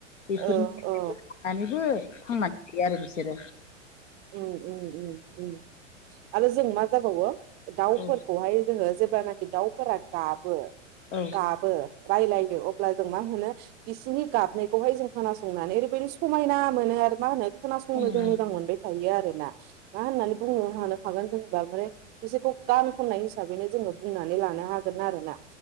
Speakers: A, on the left (about 75°); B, on the right (about 25°).
A: बेफोरनि
B: औ
A: <unintelligible>
B: औ
A: थांनानै थायो आरो बिसोरो
B: ओम ओम ओम ओम आरो जों मा जाबावो। दाउफोरखौहाय
A: औ
B: जोङो जेब्लानाखि दाउफोरा गाबो।
A: औ
B: गाबो रायलायो अ ब्लाजों मा होनो बिसिनि गाबनायखौहाय जों ख़नानै ओरैबायदि समायना मोनो आरो मा होनो? खोनासंनो
A: समायना
B: जों मोजां मोनबाय थायो आरो ना मा होननानै बुंनो हानो हागोन जेनबा ओमफ्राय बिसोरखौ गान खननाय हिसाबैनो जोङो बुंनानै लानो हागोन आरो ना